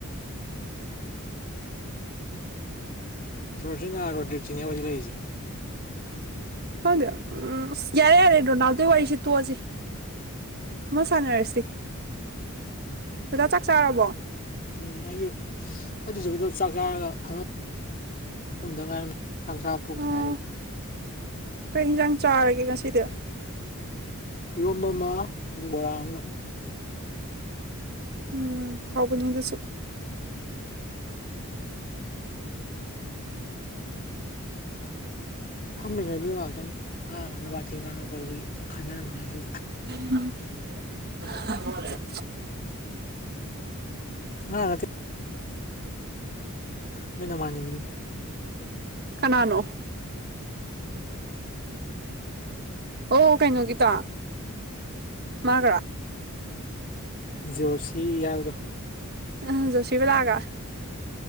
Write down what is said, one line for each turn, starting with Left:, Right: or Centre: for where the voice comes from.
Left: ꯖꯣꯔꯖꯤꯅ ꯔꯣꯗꯤꯛꯁꯤꯅꯦ ꯍꯧꯖꯤꯛ ꯂꯩꯔꯤꯁꯦ
Right: ꯈꯪꯗꯦꯗ ꯎꯝ ꯌꯥꯔꯦ ꯌꯥꯔꯦ ꯔꯣꯅꯥꯜꯗꯣꯒꯤ ꯋꯥꯔꯤꯁꯤ ꯇꯣꯛꯑꯁꯤ
Left: ꯎꯝ
Right: ꯑꯃ ꯁꯥꯟꯅꯔꯁꯤ ꯗꯗꯥ ꯆꯥꯛ ꯆꯥꯔꯕꯣ
Left: ꯎꯝ ꯑꯌꯨꯛ ꯑꯩꯁꯨꯒꯤꯗꯣ ꯆꯥꯛ ꯆꯥꯔꯒ ꯐꯪꯃꯝ ꯗꯉꯔꯤ ꯆꯥꯛ ꯆꯥꯕ ꯇꯣꯛꯇ
Right: ꯑꯣ
Left: ꯉꯥꯏꯔꯤꯕ
Right: ꯀꯩ ꯏꯟꯖꯥꯡ ꯆꯥꯔꯒꯦ ꯉꯁꯤꯗꯤ
Left: ꯏꯔꯣꯝꯕ ꯃ ꯕꯣꯔꯥ ꯑꯝꯒ
Right: ꯎꯝ ꯍꯥꯎꯕꯅꯤ ꯑꯗꯨꯁꯨ
Left: ꯐꯝꯃꯤꯅꯦ ꯉꯥꯛꯇꯪ ꯑꯉꯥꯡ ꯑꯃꯗ ꯋꯥꯊꯤ ꯉꯥꯡꯉꯛꯄ ꯑꯗꯨꯒꯤ ꯈꯠꯅꯔꯝꯕꯅꯦ ꯁꯨ
Right: <unintelligible>
Left: ꯑꯉꯥ ꯅꯠꯇ ꯅꯣꯏ ꯅꯃꯥꯅꯕꯤꯗꯣ
Right: ꯀꯅꯥꯅꯣ ꯑꯣ ꯀꯩꯅꯣꯒꯤꯗꯣ ꯃꯥꯒꯔꯣ
Left: ꯖꯣꯁꯤ ꯍꯥꯏꯕꯗꯣ
Right: ꯑ ꯖꯣꯁꯤꯕꯂꯥꯒ